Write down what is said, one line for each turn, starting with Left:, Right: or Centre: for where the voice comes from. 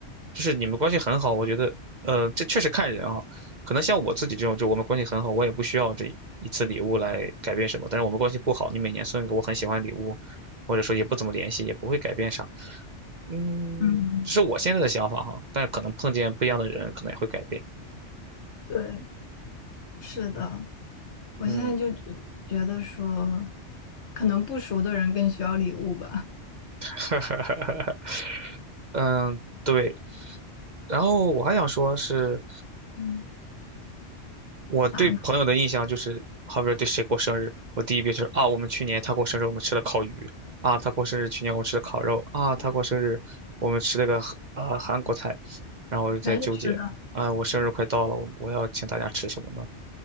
Right: 就是你们关系很好，我觉得呃这确实看人啊，可能像我自己这种，就我们关系很好，我也不需要这一次礼物来改变什么，但是我们关系不好，你每年送一个我很喜欢的礼物，或者说也不怎么联系，也不会改变啥。嗯，
Left: 嗯，
Right: 这是我现在的想法哈，但是可能碰见不一样的人，可能也会改变。
Left: 对，是的，我现在就觉觉得说，
Right: 嗯，
Left: 可能不熟的人更需要礼物吧。
Right: <laughs> 嗯，对。然后我还想说是，
Left: 嗯，
Right: 我对朋友的印象就是，
Left: 啥呢？
Right: 好比说对谁过生日，我第一遍就是啊，我们去年他过生日，我们吃了烤鱼；啊，他过生日，去年我们吃了烤肉；啊，他过生日，我们吃了个呃韩国菜。然后我就在纠结，
Left: 全是吃的。
Right: 啊，我生日快到了，我我要请大家吃什么呢？